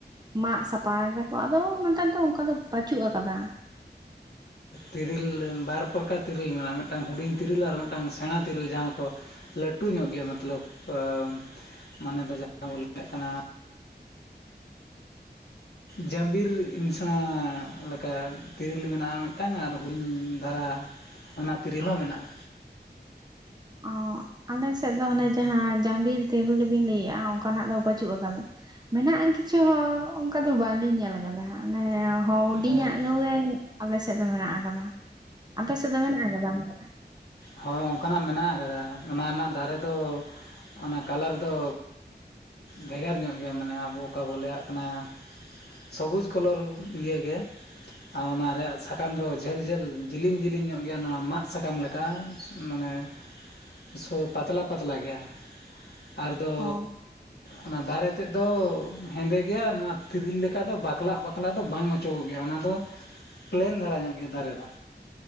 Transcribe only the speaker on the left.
ᱛᱤᱨᱤᱞ ᱵᱟᱨ ᱯᱨᱚᱠᱟᱨ ᱛᱤᱨᱤᱞ ᱢᱮᱱᱟᱜᱼᱟ ᱢᱮᱫᱴᱟᱝ ᱦᱩᱰᱤᱧ ᱛᱤᱨᱤᱞ ᱟᱨ ᱢᱮᱫᱴᱟᱝ ᱥᱮᱸᱬᱟ ᱛᱤᱨᱤᱞ ᱡᱟᱦᱟᱸ ᱠᱚ ᱞᱟᱹᱴᱩ ᱧᱚᱜ ᱜᱮᱭᱟ ᱢᱟᱛᱞᱚᱵ ᱟᱢᱻ ᱢᱟᱱᱮ ᱫᱚ ᱡᱟ ᱵᱚ ᱞᱟᱹᱭ ᱞᱮᱫ ᱠᱟᱱᱟ᱾ ᱡᱟᱹᱵᱤᱨ ᱤᱱᱥᱟᱻ ᱞᱮᱠᱟ ᱛᱤᱨᱤᱞ ᱢᱮᱱᱟᱜᱼᱟ ᱢᱮᱜᱴᱟᱝ ᱟᱨ ᱦᱩᱧ ᱫᱷᱟᱨᱟ ᱚᱱᱟ ᱛᱤᱨᱤᱞ ᱦᱚᱸ ᱢᱮᱱᱟᱜᱼᱟ᱾
ᱦᱮᱸ
ᱦᱳ ᱚᱱᱠᱟᱱᱟᱜ ᱢᱮᱱᱟᱜ ᱟᱠᱟᱫᱟ ᱚᱱᱟ ᱨᱮᱱᱟᱜ ᱫᱟᱨᱮ ᱫᱚ ᱚᱱᱟ ᱠᱟᱞᱟᱨ ᱫᱚ ᱵᱷᱮᱜᱟᱨ ᱧᱚᱜ ᱜᱮᱭᱟ ᱢᱟᱱᱮ ᱟᱵᱚ ᱚᱠᱟ ᱵᱚ ᱞᱮᱭᱟᱫ ᱠᱟᱱᱟ᱾ ᱥᱚᱵᱩᱡᱽ ᱠᱚᱞᱚᱨ ᱭᱮ ᱜᱮ- ᱟ ᱚᱱᱟ ᱨᱮᱭᱟᱜ ᱥᱟᱠᱟᱢ ᱫᱚ ᱡᱷᱟᱹᱞ ᱡᱷᱟᱹᱞ ᱡᱤᱞᱤᱧ ᱡᱤᱞᱤᱧ ᱧᱚᱜ ᱜᱮᱭᱟ ᱱᱚᱣᱟ ᱢᱟᱫ ᱥᱟᱠᱟᱢ ᱞᱮᱠᱟ ᱢᱟᱱᱮ ᱥᱳ ᱯᱟᱛᱞᱟ ᱯᱟᱛᱞᱟ ᱜᱮᱭᱟ ᱟᱨᱫᱚ
ᱚᱱᱟ ᱫᱟᱨᱮ ᱛᱮᱫ ᱫᱚ ᱦᱮᱸᱫᱮ ᱜᱮᱭᱟ ᱱᱚᱣᱟ ᱛᱤᱨᱤᱞ ᱞᱮᱠᱟ ᱫᱚ ᱵᱟᱠᱞᱟᱜ ᱵᱟᱠᱞᱟᱜ ᱫᱚ ᱵᱟᱝ ᱚᱪ ᱚᱪᱚᱜ ᱜᱮᱭᱟ ᱚᱱᱟ ᱫᱚ ᱯᱞᱮᱱ ᱫᱷᱟᱨᱟ ᱧᱚᱜ ᱜᱮᱭᱟ ᱫᱟᱨᱮ ᱫᱚ